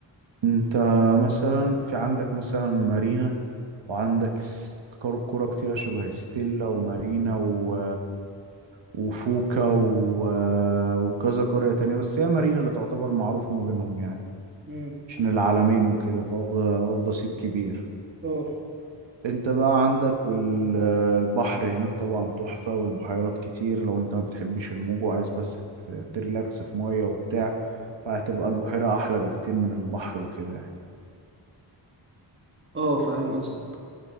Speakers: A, on the right (about 90°); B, on the right (about 25°).
A: انت مثلا في عندك مثلا مارينا وعندك س- كر- كرة كتيرة شبه ستيلا ومارينا و... وفوكا و... وكذا قرية تانية بس هي مارينا اللي تعتبر معروفة ما بينهم يعني
B: امم
A: عشان العالمين وكده فواخدة واخدة صيت كبير
B: اه
A: انت بقى عندك بال- البحر هناك طبعا تحفة والبحيرات كتير لو انت ما بتحبش الموج وعايز بس ت- تريلاكس في مية وبتاع فهتبقى البحيرة أحلى بكتير من البحر وكده يعني
B: اه فاهم قصدك